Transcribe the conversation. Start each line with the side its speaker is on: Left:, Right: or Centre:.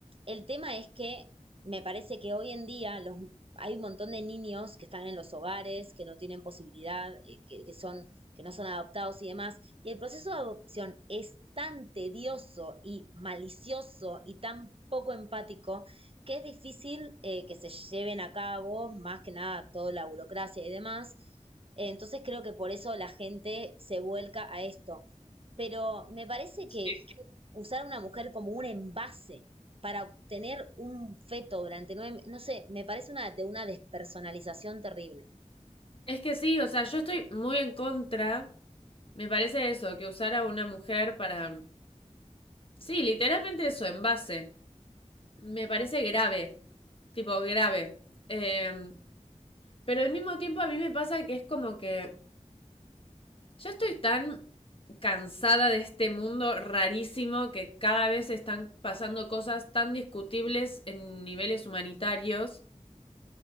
Right: el tema es que me parece que hoy en día los, hay un montón de niños que están en los hogares, que no tienen posibilidad, eh, que, que son, que no son adoptados y demás. Y el proceso de adopción es tan tedioso y malicioso y tan poco empático que es difícil eh, que se lleven a cabo, más que nada toda la burocracia y demás. Entonces creo que por eso la gente se vuelca a esto. Pero me parece
Left: Sí.
Right: que, que usar a una mujer como un envase para obtener un feto durante nueve, meses, no sé, me parece una de una despersonalización terrible.
Left: Es que sí, o sea, yo estoy muy en contra, me parece eso, que usar a una mujer para... Sí, literalmente eso, en base. Me parece grave, tipo grave. Eh, pero al mismo tiempo a mí me pasa que es como que ya estoy tan cansada de este mundo rarísimo que cada vez están pasando cosas tan discutibles en niveles humanitarios